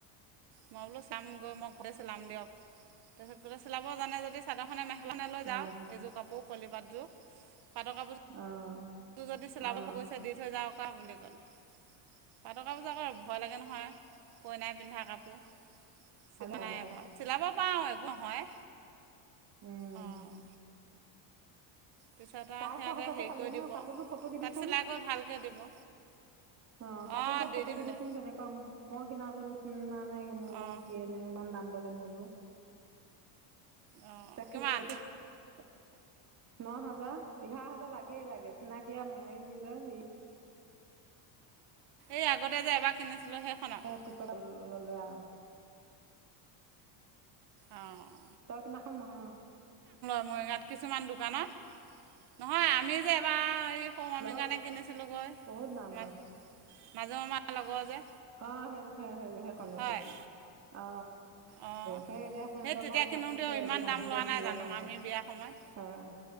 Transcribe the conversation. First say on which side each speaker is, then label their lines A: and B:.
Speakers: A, on the right (about 50°); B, on the right (about 30°).
A: মই বোলো চাম গৈ মই ঘৰতে চলাম দিয়ক তাৰপিছত গোলে চিলাব জানে যদি চাদৰখনে মেখেলানে লৈ
B: অঁ অঁ
A: যাওক এইযোৰ কাপোৰ পলিপাতযোৰ পাতকাাপজা
B: অঁ অঁ
A: টো যদি চিলাব
B: অ',
A: ভুগৈছে দি থৈ যাকা বুলি ক'লে পাট কাপোৰজকৌ ভয় লাগে নহয় কই নাই পিন্ধা কাপোৰ
B: ভালে
A: চিলা
B: চাই
A: নাই
B: থাকা
A: বাৰু চিলাব পাৰো একো নহয়
B: উম
A: অঁ পিছত
B: চাৰে
A: আৰু সিহঁতে
B: ছয় হাজাৰতে
A: হেৰি
B: পালি
A: কৰি
B: নে
A: দিব
B: কাপোৰযোৰ ফটো দিবিচোন
A: তাত চিলাই কৰি ভালকৈ দিব
B: অ কাপোৰযোৰ
A: অঁ দি
B: ফটো
A: দিম
B: দিবিচোন
A: দে
B: কেনেকুৱা মই কিনাযোৰ নিচিনা নে মোৰ
A: অঁ
B: কি ন কিমান দাম ললে মৌজু
A: অঁ
B: তাকে
A: কিমান
B: কটোত ন হাজাৰ এঘাৰ হাজাৰ লাগে লাগেছ ন কি আমি
A: এই আগতে যে এবাৰ কিনিছিলোঁ সেইখনত
B: পিছত ল'লে আৰু
A: অঁ
B: তই কিনাখন নহয়
A: মৰিগাঁৱ কিছুমান দোকানত নহয় আমি যে তপা এই সৌ মমি
B: লগত
A: কাৰণে কিনিছিলোঁগৈ
B: বহুত দাম
A: মা
B: লয়
A: মাজু মমাৰ লগৰ যে
B: অ' সেই সে সেই সেইখনতে
A: হয়
B: অ'।
A: অঁ
B: সেই এতিয়া সিহঁতৰ
A: সেই তেতিয়া
B: ঘৰত
A: কিনোতে
B: মাতিছে
A: ইমান
B: এদিন
A: দাম
B: আহিব
A: লোৱা নাই
B: শিৱৰ
A: জানো
B: মা ঘত
A: আমি বিয়া সময়ত
B: অ',